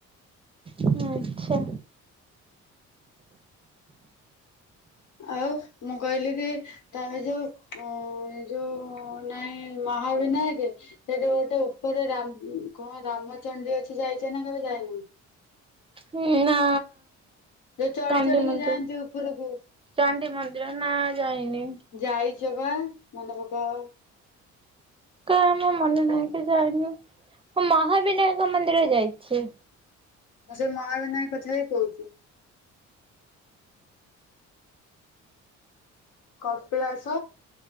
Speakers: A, on the right; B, on the left.
A: ଆଚ୍ଛା।
B: ଆଉ ମୁଁ କହିଲି କି, ତାର ଯୋଉ ଅ ଯୋଉ ନାଇଁ ଏ ମହାବିନାୟେକେ? ସେଠି ଗୋଟେ ଉପରେ କଣ ରାମଚଣ୍ଡୀ ଅଛି ଯାଇଛ ନା କେବେ ଯାଇନ?
A: ହୁଁ, ନା।
B: ଯଉ ଚଢ଼ି
A: ଚଣ୍ଡୀ
B: ଚଢ଼ିକି
A: ମନ୍ଦିର
B: ଯାଆନ୍ତି ଉପରକୁ।
A: ଚଣ୍ଡୀ ମନ୍ଦିର ନା ଯାଇନି
B: ଯାଇଛ ବା। ମନେ ପକାଅ।
A: କଇଁ ଆମ ମନେ ନାହିଁ କି ଜାଇନି। ମୁଁ ମହାବିନାୟକ ମନ୍ଦିର ଯାଇଛି।
B: ମୁଁ ସେ ମହାବିନାୟକ କଥା ହିଁ କହୁଛୁ। କପିଳାସ?